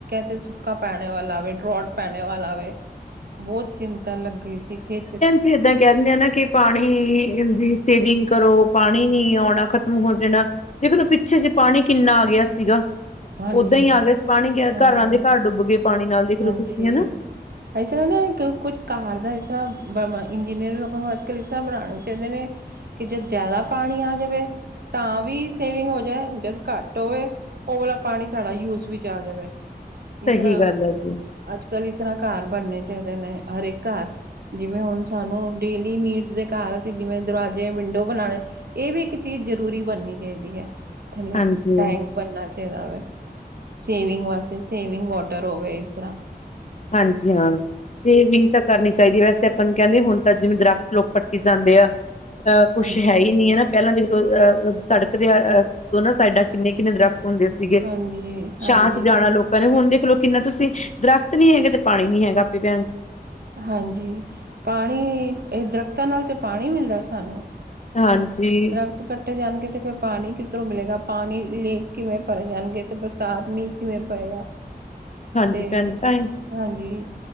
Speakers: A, on the right; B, on the left.
A: ਤੇ ਸੁੱਕਾ ਪੈਣ ਵਾਲਾ ਆ ਡਰੋਟ ਪੈਣੇ ਵਾਲਾ ਵੇ ਬਹੁਤ ਚਿੰਤਾ ਲੱਗੀ ਸੀ। ਖੇਤ
B: ਸੀ ਕਹਿੰਦੇ ਕਹਿ ਦਿੰਦੇ ਆ ਨਾ ਕਿ ਪਾਣੀ ਦੀ ਸੇਵਿੰਗ ਕਰੋ। ਪਾਣੀ ਨੀ ਆਉਣਾ ਖਤਮ ਹੋ ਜਾਣਾ। ਜਦੋਂ ਦਾ ਪਿੱਛੇ ਜਿਹੇ ਪਾਣੀ ਕਿੰਨਾ ਆ ਗਿਆ ਸੀਗਾ।
A: ਹਾਂਜੀ,
B: ਓਦਾਂ ਹੀ ਆ ਗਿਆ ਪਾਣੀ ਘਰਾਂ
A: ਹਾਂਜੀ,
B: ਦੇ ਘਰ ਡੁੱਬ ਗਏ ਪਾਣੀ ਨਾਲ ਦੇਖ ਲੋ
A: ਹਾਂਜੀ।
B: ਤੁਸੀਂ ਹਨਾ।
A: ਇਸ ਤਰ੍ਹਾਂ ਨਾ ਕੁਛ ਘਰ ਦਾ ਇਸ ਤਰ੍ਹਾਂ ਇੰਜੀਨੀਅਰ ਲੋਕਾਂ ਨੂੰ ਅੱਜ ਕੱਲ੍ਹ ਇਸ ਤਰ੍ਹਾਂ ਬਣਾਉਣੇ ਚਾਹੀਦੇ ਨੇ। ਕਿ ਜਦ ਜ਼ਿਆਦਾ ਪਾਣੀ ਆ ਜਾਵੇ ਤਾਂ ਵੀ ਸੇਵਿੰਗ ਹੋ ਜਾਏ ਜਦੋਂ ਘੱਟ ਹੋਵੇ। ਉਹ ਵਾਲਾ ਪਾਣੀ ਸਾਡਾ ਯੂਜ ਵਿੱਚ ਆ ਜਾਵੇ
B: ਸਹੀ
A: ਜਿਸ ਤਰ੍ਹਾਂ
B: ਗੱਲ ਹੈ ਜੀ
A: ਅੱਜ ਕੱਲ ਇਸ ਤਰਾਂ ਘਰ ਬਣਨੇ ਚਾਹੀਦੇ ਨੇ ਹਰੇਕ ਘਰ ਜਿਵੇਂ ਹੁਣ ਸਾਨੂੰ ਡੇਲੀ ਨੀਡਸ ਦੇ ਘਰ ਅਸੀਂ ਜਿਵੇਂ ਦਰਵਾਜੇ ਵਿੰਡੋ ਬਣਾਉਣੇ। ਇਹ ਵੀ ਇੱਕ ਚੀਜ਼ ਜ਼ਰੂਰੀ ਬਣਨੀ ਚਾਹੀਦੀ ਹੈ ਥੱਲੇ
B: ਹਾਂਜੀ
A: ਟੈਂਕ ਬਣਨਾ। ਜਾਵੇ ਸੇਵਿੰਗ ਵਾਸਤੇ ਸੇਵਿੰਗ ਵਾਟਰ ਹੋਵੇ ਇਸ ਤਰ੍ਹਾਂ
B: ਹਾਂਜੀ ਹਾਂ ਸੇਵਿੰਗ ਤਾਂ ਕਰਨੀ ਚਾਹੀਦੀ ਹੈ ਵੈਸੇ ਆਪਾਂ ਨੂੰ ਕਹਿੰਦੇ ਹੁਣ ਤਾਂ ਜਿਵੇਂ ਦਰਖਤ। ਲੋਕ ਪੱਟੀ ਜਾਂਦੇ ਆ ਅਹ ਕੁੱਛ
A: ਹਾਂਜੀ
B: ਹੈ ਹੀ ਨੀ ਹੈ ਨਾ। ਪਹਿਲਾਂ ਦੇਖ ਲੋ ਅਹ ਸੜਕ ਦੇ ਦੋਨਾਂ ਸਾਈਡਾਂ ਕਿੰਨੇ- ਕਿੰਨੇ ਦਰਖ਼ਤ ਹੁੰਦੇ ਸੀ।
A: ਹਾਂਜੀ ਹਾਂਜੀ
B: ਛਾਂ 'ਚ ਜਾਣਾ ਲੋਕ ਪਰ ਹੁਣ ਦੇਖ ਲੋ ਕਿੰਨਾ ਤੁਸੀਂ ਦਰਖ਼ਤ ਨੀ ਹੈਗੇ ਤੇ ਪਾਣੀ ਨੀ ਹੈਗਾ ਆਪੇ <inaudible>
A: ਹਾਂਜੀ, ਪਾਣੀ ਇਹ ਦਰਖਤਾਂ ਨਾਲ ਤੇ ਪਾਣੀ ਮਿਲਦਾ ਸਾਨੂੰ।
B: ਹਾਂਜੀ,
A: ਤੇ ਦਰਖਤ ਕੱਟ ਜਾਣਗੇ ਤੇ ਫਿਰ ਪਾਣੀ ਕਿਧਰੋਂ ਮਿਲੇਗਾ ਪਾਣੀ ਲੇਕ ਕਿਵੇਂ ਭਰੇ ਜਾਣਗੇ ਤੇ ਬਰਸਾਤ ਮੀਂਹ ਕਿਵੇਂ ਪਏਗਾ।
B: ਹਾਂਜੀ
A: ਤੇ
B: ਭੈਣ ਜੀ ਤਾਂ ਹੀ
A: ਹਾਂਜੀ